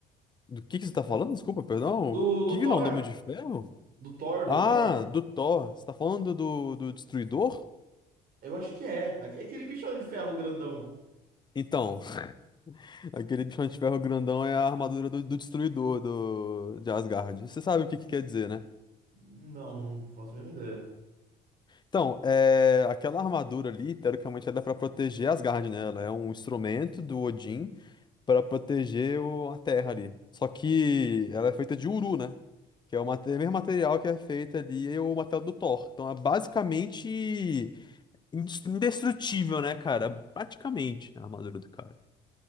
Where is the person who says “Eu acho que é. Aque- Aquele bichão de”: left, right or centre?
Right